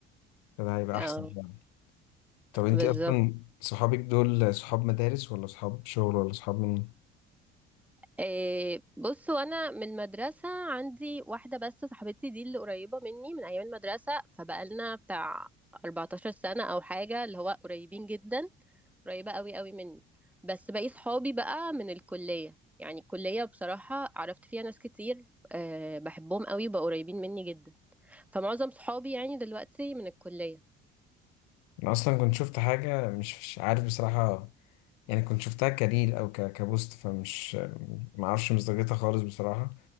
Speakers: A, on the left; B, in the centre.
A: فده هيبقى
B: اه
A: احسن يعني طب انت
B: بالظبط
A: اصلا صحابك دول صحاب مدارس ولا صحاب شغل ولا صحاب منين؟
B: إيه بصوا انا من مدرسه عندي واحده بس صاحبتي دي اللي قريبه مني من ايام المدرسه فبقالنا بتاع 14 سنه او حاجه اللي هو قريبين جدا قريبه قوي قوي مني بس باقي صحابي بقى من الكليه يعني الكليه بصراحه عرفت فيها ناس كتير أه بحبهم قوي بقوا قريبين مني جدا فمعظم صحابي يعني دلوقتي من الكليه
A: انا اصلا كنت شفت حاجه مش مش عارف بصراحه يعني كنت شفتها كريل او ك- كبوست فمش ما اعرفش مصداقيتها خالص بصراحه